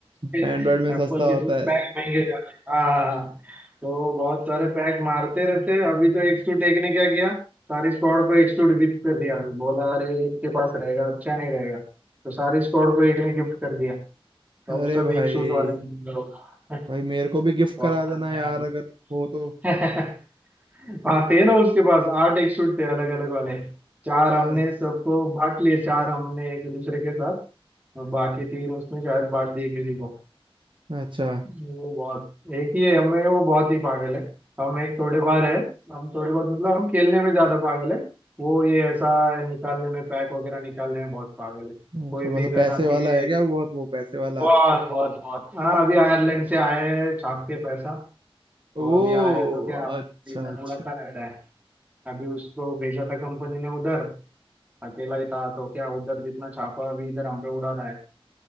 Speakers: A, on the right; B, on the right.
A: एप्पल
B: एंड्रॉयड में सस्ता
A: के
B: होता
A: इसमें
B: है
A: पैक महंगे जाते हैं हाँ हाँ, हाँ। तो बहुत सारे पैक मारते रहते हैं अभी तो एक्सटूट एक ने क्या किया सारी स्क्वाड को एक्सटूट गिफ्ट कर दिया बोला अरे इसके पास रहेगा अच्छा नहीं रहेगा तो सारी स्क्वाड को एक ने गिफ्ट कर दिया तो
B: अरे
A: अब सब
B: भाई
A: एक सूट वाले जिम्मेदार होगा
B: भाई मेरे को भी
A: <laughs>
B: गिफ्ट
A: वो
B: करा
A: अपना
B: देना
A: नया
B: यार अगर हो तो
A: <laughs> हाँ थे ना उसके पास आठ एक सूट थे अलग अलग वाले चार
B: अ,
A: हमने सबको बांट लिए चार हमने एक दूसरे के साथ और बाकी तीन उसने शायद बांट दिए किसी को
B: अच्छा
A: वो बहुत एक ही है हमें वो बहुत ही पागल है हम एक थोड़े बार है हम थोड़े बहुत मतलब हम खेलने में ज्यादा पागल है वो ये ऐसा निकालने में पैक वगैरह निकालने में बहुत पागल है
B: अच्छा
A: कोई
B: मतलब
A: भी गन
B: पैसे
A: आती
B: वाला
A: है
B: है क्या बहुत वो पैसे वाला
A: बहुत बहुत बहुत हाँ अभी आयरलैंड से आए हैं छाप के पैसा तो
B: ओ
A: अभी आए हैं तो क्या
B: अच्छा
A: इधर
B: अच्छा
A: उड़ाता रहता है अभी उसको भेजा था कंपनी ने उधर अकेला ही था तो क्या उधर जितना छापा अभी इधर हम पे उड़ा रहा है